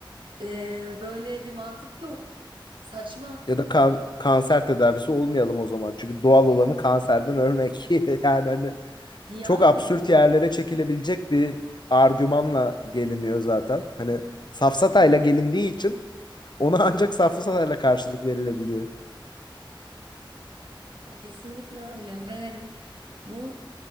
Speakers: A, on the right; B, on the left.
A: e, böyle bir mantık yok. Saçma.
B: Ya da kan kanser tedavisi olmayalım o zaman. Çünkü doğal olanı kanserden ölmek. <laughs> Yani hani
A: Yani,
B: çok absürt
A: yani
B: yerlere çekilebilecek bir argümanla geliniyor zaten. Hani safsatayla gelindiği için ona <laughs> ancak safsatayla karşılık verilebiliyor.
A: Ya kesinlikle öyle ve hani bu